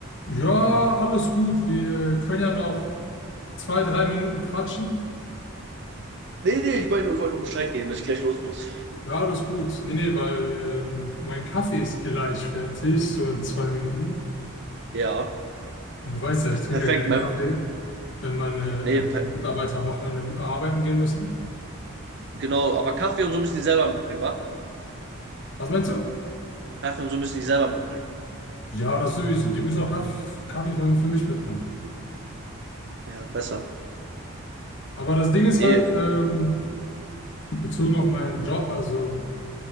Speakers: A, on the left (about 55°); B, on the right (about 50°).
A: Ja, alles gut. Wir können ja noch zwei, drei Minuten quatschen.
B: Nee, nee, ich wollte nur, ich wollte nur Bescheid geben, dass ich gleich los muss.
A: Ja, alles gut. Nee, nee, weil ähm, mein Kaffee ist gleich fertig, so in zwei Minuten.
B: Ja,
A: Und du weißt ja, ich trinke
B: perfekt.
A: ja gerne
B: mein-
A: Kaffee, wenn meine
B: Nee, per
A: äh, Mitarbeiter am Wochenende arbeiten gehen müssen.
B: genau, aber Kaffee und so müssen die selber mitbringen, wa?
A: Was meinst du?
B: Kaffee und so müssen die selber mitbringen.
A: Ja, das sowieso. Die müssen auch Kaffee, Kaffee für, für mich mitbringen.
B: Ja, besser.
A: Aber das Ding ist
B: Nee,
A: halt, ähm, bezogen auf meinen Job, also